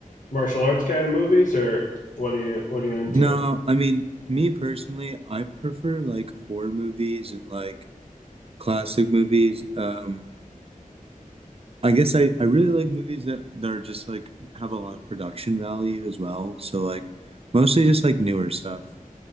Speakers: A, on the left; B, on the right.
A: martial arts kind of movies, or what are you what are you into?
B: No, I mean, me personally, I prefer like horror movies and like classic movies. Um, I guess I, I really like movies that, that are just like have a lot of production value as well. So like mostly just like newer stuff.